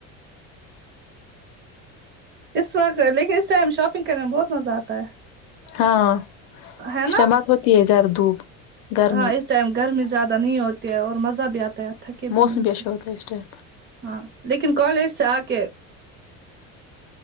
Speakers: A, on the right; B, on the left.
A: اس وقت لیکن اس ٹائم شاپنگ کرنے میں بہت مزہ آتا ہے
B: ہاں
A: ہے نا
B: اسٹمات ہوتی ہے زیادہ دھوپ گرمی
A: ہاں اس ٹائم گرمی زیادہ نہیں ہوتی ہے اور مزہ بھی آتا ہے تھکے بھی
B: موسم
A: نہیں ہوتے
B: اچھا ہوتا ہے اس ٹائم
A: ہاں لیکن کالج سے آ کے